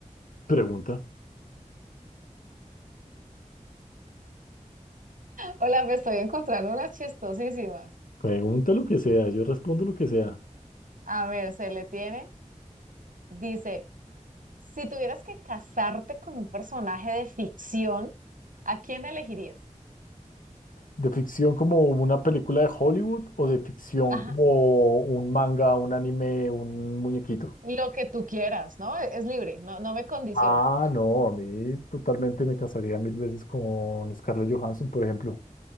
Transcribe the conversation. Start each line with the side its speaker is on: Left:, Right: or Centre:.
Left: Pregunta.
Right: Hola, me estoy encontrando unas chistosísimas.
Left: Pregunta lo que sea, yo respondo lo que sea.
Right: A ver, se le tiene. Dice, si tuvieras que casarte con un personaje de ficción, ¿a quién elegirías?
Left: ¿De ficción como una película de Hollywood o de ficción
Right: Ajá,
Left: como un manga, un anime, un muñequito?
Right: lo que tú quieras, ¿no? E- Es libre, no, no me condiciona.
Left: Ah, no, a mí totalmente me casaría mil veces con Scarlett Johansson, por ejemplo,